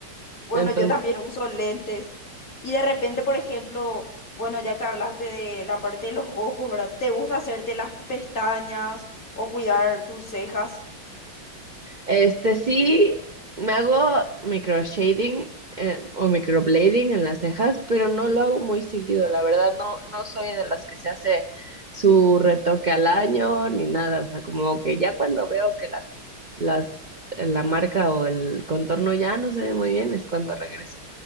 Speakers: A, on the left; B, on the right.
A: bueno,
B: Entonces,
A: yo también uso lentes y de repente, por ejemplo, bueno, ya que hablaste de la parte de los ojos, ¿verdad? ¿Te gusta hacerte las pestañas o cuidar tus cejas?
B: Este sí, me hago micro shading eh, o microblading en las cejas, pero no lo hago muy seguido, la verdad no, no soy de las que se hace su retoque al año ni nada, o sea, como que ya cuando veo que la, las, eh, la marca o el contorno ya no se ve muy bien es cuando regreso,